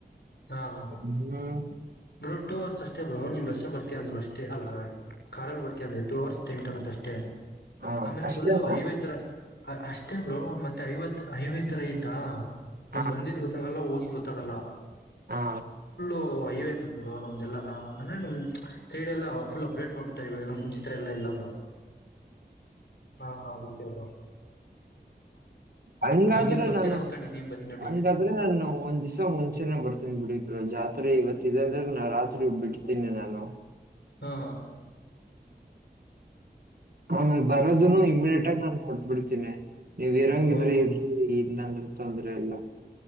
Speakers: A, on the left; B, on the right.
A: ಹಾ ಹಾ
B: ಹ್ಮ್
A: ಬ್ರೊ ಟೂ ಅವರ್ಸ್ ಅಷ್ಟೇ ಬ್ರೊ ನಿಮ್ ಬಸ್ ಬರ್ತೀ ಅಂದ್ರು ಅಷ್ಟೇ ಅಲ್ಲ ಕಾರಲ್ಲಿ ಬರ್ತೀಯ ಅಂದ್ರೆ ಟೂ ಅವರ್ಸ್. ತಿನ್ಕಾಣತ್ತಷ್ಟೇ
B: ಹ,
A: ಆಮೇಲೆ
B: ಅಷ್ಟೇ
A: ಫುಲ್ಲು
B: ಬ್ರೋ.
A: ಐವೇ ತರ. ಅಷ್ಟೇ ಬ್ರೋ ಮತ್ತೆ ಐವತ್ ಐವೇ ತರ ಐತಾ. ನೀವ್
B: ಹ,
A: ಬಂದಿದ್ ಗೊತ್ತಾಗಲ್ಲ ಹೋಗಿದ್ ಗೊತ್ತಾಗಲ್ಲ.
B: ಹಾ
A: ಓ ಐವೇನ್ ಬ್ರೋ ನಮ್ದ. ಎಲ್ಲಾ ಅಂದ್ರೆ ನಮ್ ಸೈಡ್ ಎಲ್ಲಾ ಫುಲ್ ಅಪ್ಡೇಟ್ ಮಾಡ್ಬಿಟ್ಟ. ಇವಗಲ್ಲ ಮುಂಚಿತರ ಎಲ್ಲ ಇಲ್ಲ ಬ್ರೋ. ಹಾ ಹೌದು. ಚಲೋ.
B: ಹಂಗಾದ್ರೂ
A: ಹೆಂಗಿರ್ ಬರ್ತೀರಾ
B: ನಾನು
A: ಅನ್ಕೊಂಡಿನಿ ಬಂದ್ ನೋಡಿ
B: ಹಂಗಾದ್ರೆ ನಾನು ಒಂದ್ ದಿವ್ಸ ಮುಂಚೆನೆ ಬರ್ತ. <unintelligible> ಜಾತ್ರೆ ಇವತ್ತಿದೆ ಅಂದ್ರೆ ನಾ ರಾತ್ರಿ ಬಿಡ್ತೀನಿ ನಾನು.
A: ಹಾ
B: ಆಮೇಲೆ ಬರೋದನ್ನು ಇಮಿಡಿಯಟ್ಟಾಗಿ ನಾನ್ ಕೊಟ್ ಬಿಡ್ತಿನಿ. ನೀವ್ ಇರಂಗ
A: ಓ
B: ಇದ್ರೆ ಇ <unintelligible> ಇಲ್ಲಂದ್ರೆ ತೊಂದ್ರೆ ಇಲ್ಲ.